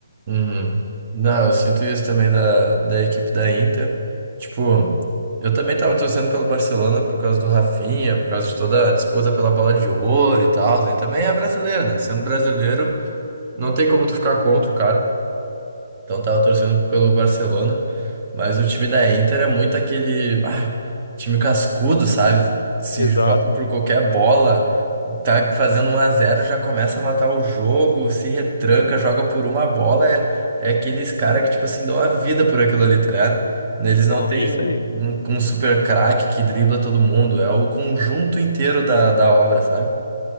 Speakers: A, on the right; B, on the left.
A: Uhum. Não, eu sinto isso também da, da equipe da Inter. Tipo, eu também tava torcendo pelo Barcelona por causa do Rafinha, por causa de toda a disputa pela bola de ouro e tal, né? E também é brasileiro, né? Sendo brasileiro. Não tem como tu ficar contra o cara. Então tava torcendo pelo Barcelona. Mas o time da Inter é muito aquele ah, time cascudo, sabe? Se
B: Exato,
A: joga
B: mano.
A: por qualquer bola, tá fazendo um a zero já começa a matar o jogo, se retranca, joga por uma bola. É, é aqueles caras que, tipo assim, dão a vida por aquilo ali, tá ligado? Eles
B: Então,
A: não têm
B: é isso
A: um,
B: aí.
A: um, um super craque que dribla todo mundo. É o conjunto inteiro da, da obra, sabe?